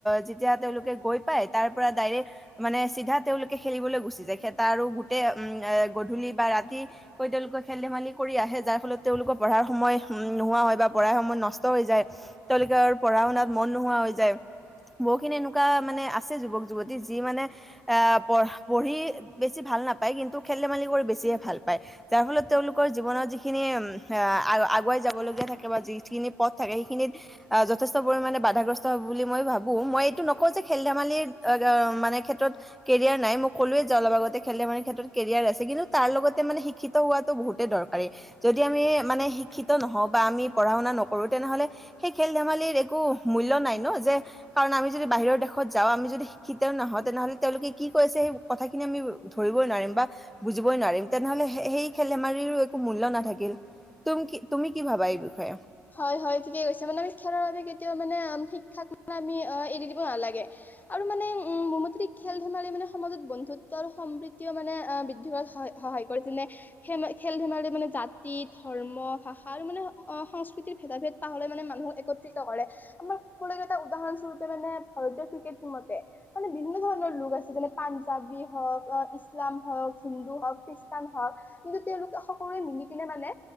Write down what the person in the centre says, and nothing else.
যেতিয়া তেওঁলোকে গৈ পাই, তাৰ পৰা ডাইৰেক্ট মানে চিধা তেওঁলোকে খেলিবলৈ গুচি যায়, ত আৰু গোটেই উম এ গধূলি বা ৰাতি কৈ তেওঁলোকে খেল ধেমালি কৰি আহে যাৰ ফলত তেওঁলোকৰ পঢ়াৰ সময় নোহোৱা হয় বা পঢ়াৰ সময়ত নষ্ট হৈ যায়, তেওঁলোকে আৰু পঢ়া শুনাত মন নোহোৱা হৈ যায়। বহুখিনি এনেকুৱা মানে আছে যুৱক যুৱতী যি মানে আহ পঢ পঢ়ি বেছি ভাল। ভাল নাপায়, কিন্তু খেল-ধেমালি কৰি বেছিহে ভাল পায়, যাৰ ফলত তেওঁলোকৰ জীৱনত যিখিনি আৰু আগুৱাই যাবলগীয়া থাকে বা যিখিনি পথ থাকে, সেইখিনিত যথেষ্ট পৰিমাণে বাধাগ্ৰস্ত হব বুলি মই ভাবোঁ, মই এইটো নকওঁ যে খেল-ধেমালিৰ মানে ক্ষেত্ৰত কেৰিয়াৰ নাই, মই ক'লোৱে যে, অলপ আগতে খেল-ধেমালি ক্ষেত্ৰত কেৰিয়াৰ আছে, কিন্তু তাৰ লগত মানে শিক্ষিত হোৱাতো বহুতে দৰকাৰী, যদি আমি মানে শিক্ষিত নহও বা আমি পঢ়া-শুনা নকৰো, তেনেহলে সেই খেল ধেমালিৰ একো মূল্য নাই ন, যে কাৰণ আমি যদি বাহিৰৰ দেশত যাওঁ আমি যদি শিক্ষিতও নহওঁ তেনেহ'লে তেওঁলোকে কৈছে সেই কথাখিনি আমি ধৰি নম বা বুজই নোৱাৰিম তেনেহলে সেই খেল ধেমালিৰো একো মূল্য নাথাকিল, তুম কি তুমি কি ভাবা এই বিষয়ে